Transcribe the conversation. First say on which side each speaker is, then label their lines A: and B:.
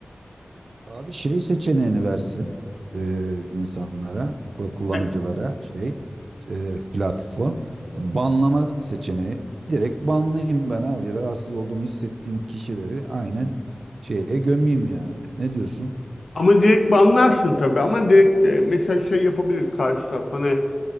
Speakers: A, on the right; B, on the left.
A: Abi şey seçeneğini versin e, insanlara, ku- kullanıcılara
B: Evet.
A: şey e, platform banlama seçeneği. Direkt banlayayım ben abi. Rahatsız olduğumu hissettiğim kişileri aynen şeye gömeyim yani. Ne diyorsun?
B: Ama direkt banlarsın tabii ama direkt e, mesela şey yapabilir karşı taraf hani